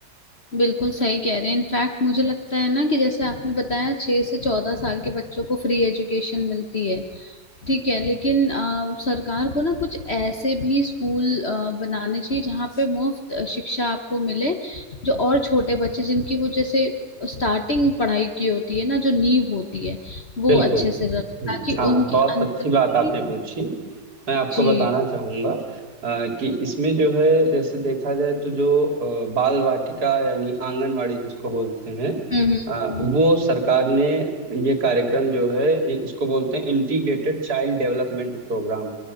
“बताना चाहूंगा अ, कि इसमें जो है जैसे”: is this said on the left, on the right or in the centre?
Right